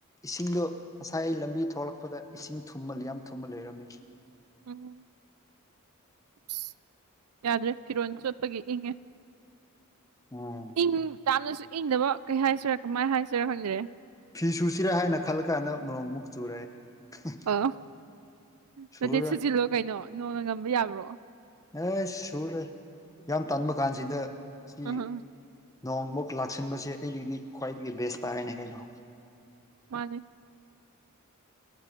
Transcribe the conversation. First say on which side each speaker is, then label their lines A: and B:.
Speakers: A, on the left; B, on the right.
A: ꯏꯁꯤꯡꯗꯣ ꯉꯁꯥꯏ ꯂꯝꯕꯤ ꯊꯣꯂꯛꯄꯗ ꯏꯁꯤꯡ ꯊꯨꯝꯃ ꯌꯥꯝ ꯊꯨꯝꯃ ꯂꯩꯔꯝꯃꯤ
B: ꯎꯝ <unintelligible> ꯌꯥꯗ꯭ꯔꯦ ꯐꯤꯔꯣꯜ ꯆꯣꯠꯄꯒꯤ ꯏꯪꯉꯦ
A: ꯎꯝ
B: ꯏꯪ ꯇꯥꯅꯁꯨ ꯏꯪꯗꯕ ꯀꯩ ꯍꯥꯏꯁꯤꯔꯥ ꯀꯃꯥꯏ ꯍꯥꯏꯁꯤꯔꯥ ꯈꯪꯗꯔꯦ
A: ꯐꯤ ꯁꯨꯁꯤꯔꯥ ꯍꯥꯏꯅ ꯈꯜꯂ ꯀꯥꯟꯗ ꯅꯣꯡꯃꯨꯛ ꯆꯨꯔꯦ <unintelligible>
B: ꯑꯣ ꯅꯠꯇꯦ
A: ꯁꯨꯔꯔꯣꯏ
B: ꯁꯨꯖꯤꯜꯂꯣ ꯀꯩꯅꯣ ꯅꯣꯡꯅ ꯉꯝꯕ ꯌꯥꯕ꯭ꯔꯣ
A: ꯑꯦꯁ ꯁꯨꯔꯦ ꯌꯥꯝ ꯇꯟꯕ ꯀꯥꯟꯁꯤꯗ ꯁꯤ
B: ꯑꯍ
A: ꯅꯣꯡꯃꯨꯛ ꯂꯥꯛꯁꯤꯟꯕꯁꯦ ꯑꯩꯒꯤꯗꯤ ꯈ꯭ꯋꯥꯏꯗꯒꯤ ꯕꯦꯁ ꯇꯥꯔꯦꯅꯦ ꯀꯩꯅꯣ
B: ꯃꯥꯅꯦ